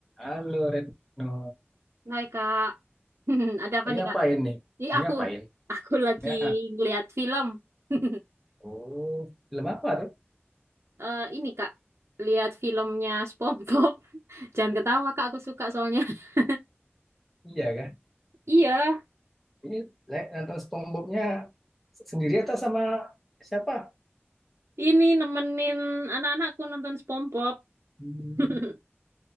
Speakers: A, in the centre; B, on the right.
A: Halo Retno,
B: Hai Kak, <laughs> ada apa
A: lagi
B: nih
A: ngapain
B: Kak?
A: nih?
B: Ini
A: Lagi
B: aku,
A: ngapain?
B: aku lagi
A: Ya,
B: ngeliat film. <laughs>
A: oh, film apa tuh?
B: Eh ini Kak, lihat filmnya SpongeBob. <laughs> Jangan ketawa Kak, aku suka soalnya. <laughs>
A: Iya kan?
B: Iya,
A: Ini le- nonton SpongeBob-nya sendiri atau sama siapa?
B: ini nemenin anak-anakku nonton SpongeBob.
A: Hmm,
B: <laughs>